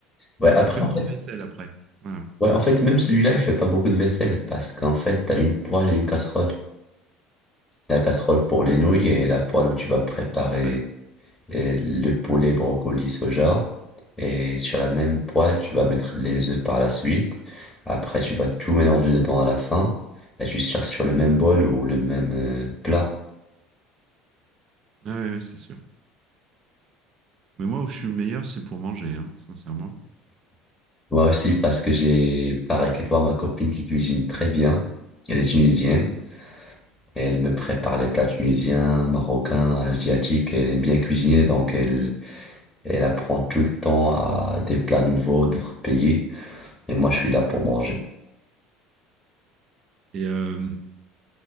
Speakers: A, on the left; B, on the right.
A: Ouais, après
B: Ça fait
A: en
B: moins
A: fait,
B: de vaisselle après. Voilà.
A: ouais, en fait même celui-là, il fait pas beaucoup de vaisselle parce qu'en fait, t'as une poêle et une casserole. La casserole pour les nouilles et la poêle où tu vas préparer
B: Ouais.
A: euh, le poulet, brocoli, soja. Et sur la même poêle, tu vas mettre les œufs par la suite. Après, tu vas tout mélanger dedans à la fin. Et tu sers sur le même bol ou le même euh, plat.
B: Ah ouais, ouais, c'est sûr. Mais moi, où je suis le meilleur, c'est pour manger, hein, sincèrement.
A: Moi aussi, parce que j'ai, pareil que toi, ma copine qui cuisine très bien. Elle est tunisienne. Et elle me prépare les plats tunisiens, marocains, asiatiques. Elle aime bien cuisiner, donc elle, elle apprend tout le temps à des plats nouveaux d'autres pays. Et moi, je suis là pour manger.
B: Et, euh,